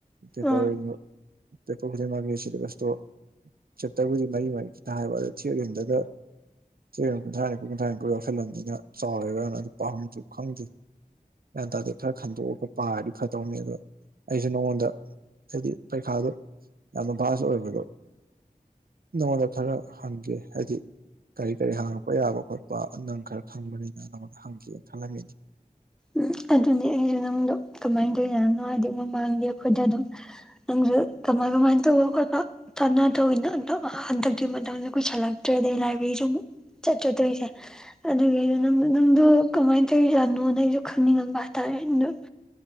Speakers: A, on the right (about 80°); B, in the centre.
A: ꯄꯦꯄꯔ
B: ꯑꯥ
A: ꯄꯦꯄꯔ ꯈꯨꯗꯤꯡꯃꯛꯒꯤ ꯁꯤꯂꯦꯕꯁꯇꯣ ꯆꯞꯇꯔꯕꯨꯗꯤ ꯃꯔꯤ ꯃꯔꯤꯛ ꯈꯤꯇꯪ ꯍꯥꯏꯕꯗ ꯊꯤꯠ ꯍꯦꯟꯗꯒ ꯆꯦ ꯀꯨꯟꯊ꯭ꯔꯥ ꯅꯤꯐꯨ ꯀꯨꯟꯊ꯭ꯔꯥ ꯅꯤꯄꯨ ꯂꯁꯤꯜꯂꯝꯟꯅꯤꯅ ꯆꯥꯎꯔꯦꯒꯅ ꯑꯗꯨ ꯄꯥꯝꯝꯁꯨ ꯈꯪꯗꯦ ꯒ꯭ꯌꯥꯟ ꯇꯥꯗꯗꯤ ꯈꯔ ꯈꯟꯗꯣꯛꯑꯒ ꯄꯥꯔꯗꯤ ꯐꯗꯧꯅꯤ ꯑꯗꯣ ꯑꯩꯁꯨ ꯅꯉꯣꯟꯗ ꯍꯥꯏꯗꯤ ꯄꯩꯈꯥꯗꯣ ꯌꯥꯝꯅ ꯚꯥꯁ ꯑꯣꯏꯕꯗꯣ ꯅꯉꯣꯟꯗ ꯈꯔ ꯍꯪꯒꯦ ꯍꯥꯏꯗꯤ ꯀꯔꯤ ꯀꯔꯤ ꯍꯥꯡꯉꯛꯄ ꯌꯥꯕ ꯈꯣꯠꯄ ꯅꯪ ꯈꯔ ꯈꯪꯕꯅꯤꯅ ꯅꯪꯉꯣꯟꯗ ꯍꯪꯒꯅ ꯈꯜꯍꯟꯉꯤꯅꯤ <inaudible>
B: ꯎꯝ ꯑꯗꯨꯅꯤ ꯑꯩꯁꯨ ꯅꯪꯗꯣ ꯀꯃꯥꯏꯅ ꯇꯧꯔꯤꯖꯥꯠꯅꯣ ꯍꯥꯏꯗꯤ ꯃꯃꯥꯡꯗꯤ ꯑꯩꯈꯣꯏꯗ ꯑꯗꯨꯝ ꯅꯪꯁꯨ ꯀꯃꯥꯏ ꯀꯃꯥꯏꯅ ꯇꯧꯕ ꯈꯣꯠꯄ ꯇꯥꯟꯅ ꯇꯧꯅꯤꯅ ꯍꯟꯗꯛꯇꯤꯒꯤ ꯃꯇꯝꯗ ꯀꯨꯁꯜꯂꯛꯇ꯭ꯔꯦ ꯑꯗꯩ ꯂꯥꯏꯕ꯭ꯔꯦꯔꯤꯁꯤ ꯑꯃꯨꯛ ꯆꯠ ꯆꯠꯇꯧꯣꯏꯁꯦ ꯑꯗꯨꯒꯤꯗꯣ ꯅꯪꯗꯣ ꯀꯃꯥꯏꯅ ꯇꯧꯖꯥꯠꯅꯣꯅ ꯑꯩꯁꯨ ꯈꯪꯅꯤꯡꯉꯝꯕ ꯍꯥꯏꯇꯥꯔꯦ ꯑꯗꯨꯗꯣ